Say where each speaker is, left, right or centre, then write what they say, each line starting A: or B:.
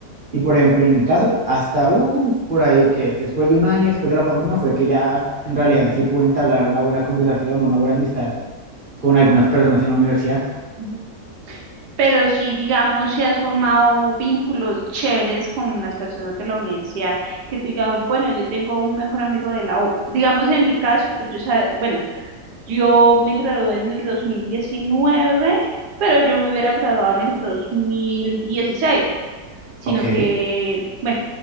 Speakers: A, on the right; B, on the right.
A: Y por ejemplo, en mi caso, hasta uh, por ahí que después de un año, después de la pandemia, fue que ya en realidad sí pude entablar una buena conversación, una buena amistad con algunas personas en la universidad.
B: Mm. pero si, digamos, si has formado vínculos chéveres con las personas de la universidad, que te diga, bueno, yo tengo un mejor amigo de la U. Digamos, en mi caso, pues yo, sa- bueno, Yo me gradué en el 2019, pero yo me hubiera graduado en el 2016, sino
A: Ok,
B: que, bueno,